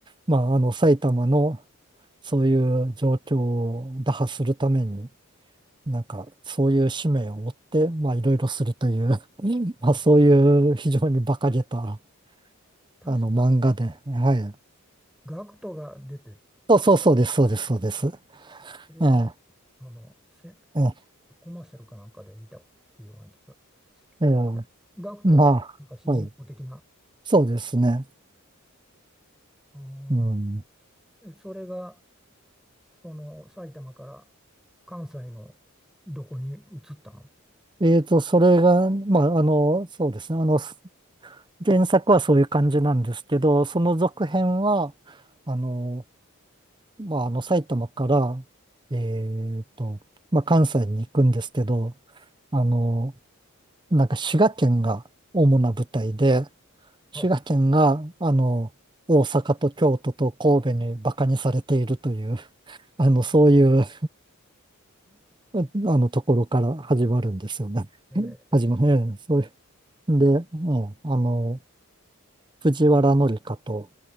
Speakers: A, on the right; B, in the centre.
A: まああの埼玉のそういう状況を打破するために、なんか、そういう使命を負って、まあ、いろいろするという <laughs> まあ、
B: あそう
A: そういう非常に馬鹿げた、
B: 確か、
A: あの、漫画で、はい。
B: ガクトが出て、
A: そうそうそうです、そうです、そうです。
B: それを見
A: ええ、
B: あの、せ、
A: ええ、
B: コマーシャルかなんかで見たような気がしまする。
A: ええ
B: はいガクトは、
A: ま
B: なんか主人公的な、
A: あ、はい。そうですね。
B: あ
A: うん。
B: ーそれが、その、埼玉から関西のどこに移ったの
A: えーと、それが、まあ、あの、そうですね。あの、す原作はそういう感じなんですけど、その続編は、あの、まあ、あの、埼玉から、えーと、まあ、関西に行くんですけど、あの、なんか滋賀県が主な舞台で、滋賀県が、
B: あ、
A: あの、大阪と京都と神戸にバカにされているという、<laughs> あの、そういう、あの、ところから始まるんですよね。
B: えー
A: 始まる、ええそういう。で、うんあの、藤原紀香と、